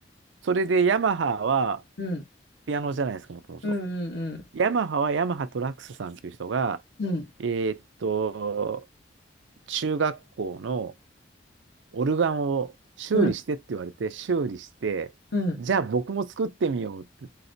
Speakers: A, on the right (about 85°); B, on the left (about 65°).
A: それでヤマハは、
B: うん、う
A: ピアノじゃないですか、もともと。
B: ん。うんうん、
A: ヤマハはヤマハトラックスさんっていう人が、
B: うん。
A: えーっと、中学校のオルガンを修理してって言われて、
B: うん。
A: 修理して、
B: うん。
A: じゃあ僕も作ってみようって言っ